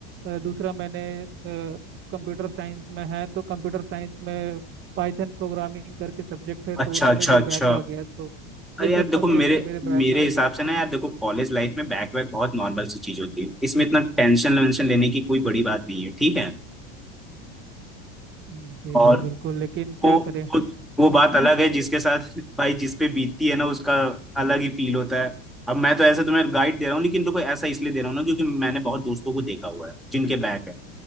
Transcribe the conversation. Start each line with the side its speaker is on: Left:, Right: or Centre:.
Right: अ, दूसरा मैंने कंप्यूटर साइंस में है तो कंप्यूटर साइंस में पाइथन प्रोग्रामिंग करके सब्जेक्ट है तो
Centre: अच्छा
Right: उसमें
Centre: अच्छा
Right: भी
Centre: अच्छा
Right: बैक आ गया है तो
Centre: अरे
Right: ये सब
Centre: यार देखो
Right: सब्जेक्ट
Centre: मेरे
Right: में मेरे बैक
Centre: मेरे
Right: आ
Centre: हिसाब
Right: गया
Centre: से ना यार देखो कॉलेज लाइफ में बैक बैक बहुत नॉर्मल सी चीज होती है इसमें इतना टेंशन वेंशन लेने की कोई बड़ी बात नहीं है ठीक है
Right: जी
Centre: और
Right: जी बिल्कुल लेकिन क्या
Centre: वो
Right: करें
Centre: वो वो
Right: अभी
Centre: बात अलग है जिसके साथ <laughs> भाई जिस पे बीतती है ना उसका अलग ही फील होता है अब मैं तो ऐसे तुम्हें गाइड दे रहा हूँ लेकिन तो कोई ऐसा इसलिए दे रहा हूँ ना क्योंकि मैंने बहुत दोस्तों को देखा हुआ है जिनके बैक है